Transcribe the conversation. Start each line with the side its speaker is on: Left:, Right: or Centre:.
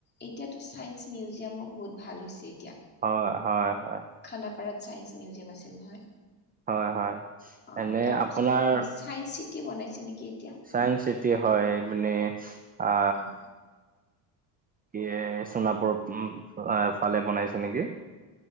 Left: এতিয়াতো ছাইন্স মিউজিয়ামো বহুত ভাল হৈছে এতিয়া।
Right: হয়, হয়, হয়।
Left: খানাপাৰাত ছাইেন্স মিউজিয়াম আছিল নহয়।
Right: হয়, হয়,
Left: অ'
Right: এনে
Left: তাৰপিছত
Right: আপোনাৰ
Left: আকৌ চাইন্স চিটি বনাইছে নেকি এতিয়া?
Right: চাইন্স চিটি হয়, ইপিনে আ
Left: উম,
Right: ইয়ে সোণাপুৰৰ উম, আ ফালে বনাইছে নেকি?